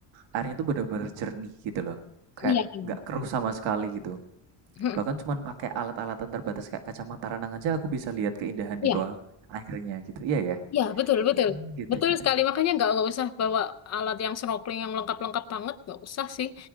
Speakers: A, on the right; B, on the left.
A: airnya tuh bener-bener jernih gitu loh. Kayak
B: Iya, iya,
A: nggak keruh sama sekali gitu.
B: Mm-mm.
A: Bahkan cuman pakai alat-alatan terbatas kayak kacamata renang aja aku bisa lihat keindahan
B: iya,
A: di bawah airnya gitu. Iya ya.
B: Iya, betul, betul,
A: Hmm, gitu
B: betul
A: gitu.
B: sekali. Makanya nggak nggak usah bawa alat yang snorkeling yang lengkap-lengkap banget, nggak usah sih.